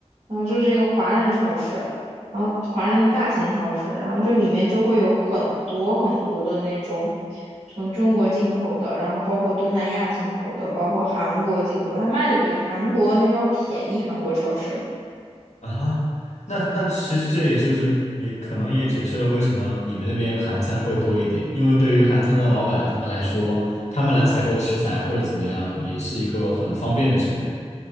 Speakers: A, on the right; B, on the left.
A: 然后就是一个华人超市，然后华人的大型超市，然后就里面就会有很多很多的那种从中国进口的，然后包括东南亚进口的，包括韩国进口的，它卖的比韩国那边儿便宜，韩国超市。
B: 啊哈，那那其实这也就是也可能也解释了为什么你们那边韩餐会多一点，因为对于韩餐的老板他们来说，他们来采购食材或者怎么样，也是一个很方便的行为。